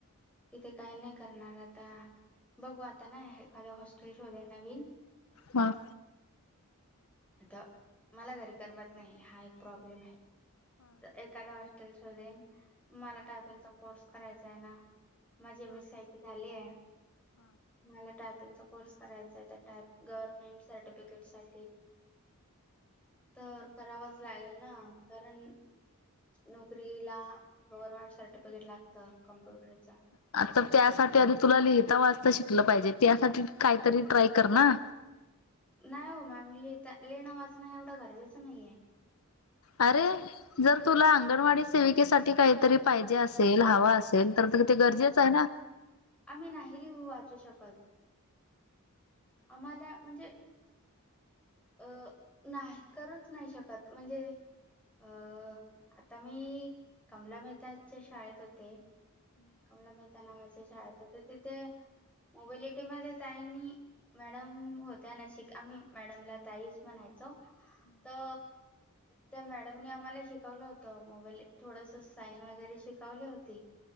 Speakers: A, in the centre; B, on the left.
A: ત કઈ નહી કરના હતા બગું આતા ના એખાદ હોસ્ટેલ શોધે નવીન
B: હા
A: અ મ ઘરી કરમત નહી હા એક પ્રોબ્લેમ હ એક દાદા હોસ્ટેલ શોધેન મલા ટાાઈપિંગ કોર્સ કરાાય છે, એના માજીી એમએસ સાઈટીલી હ ટાઈપિંગ ચ કોર્સ કરાાય ટાઈપ ગવર્મેન્ટ સર્ટિફિકેટ સા તો કરાવવા જ લાગેલ ના કારણ નોકરી લ ગવર્મેન્ટ સર્ટિફિકેટ લાગત કમ્પ્યુટર ચ
B: તો તે સા આધી તુલા લિહતા વાજતા શિકલ પાજે તે સા કઈ તરી ટ્રાય કરના
A: ના હો મેમ લેતા લેણ વાચના એવડ ગરજે છે, નઈે
B: અરે જર તુલા અંગણવાડી સેવિકે સા કઈ તરી પાયજેલ હવા અલ ત તો કે તે ગરજે જને
A: આમમે ન લિું વાચુ શકત આમાલાજે અ ના કરું જ નહી શકતજે અ આતા મી કમલા મહેતા શાળત હોતે. કમલા મહેતા નાવા છે શાળ તો ત મોબેલિટીમાં તઇની મેડમ હોત ન શી આ મેડમલા તઈસ મનાય તો તો તો મેડમની આમા શિકવલ હતત મોબાઈલ થોડસ સાઈન વગેરે શિકાવલી હોતી.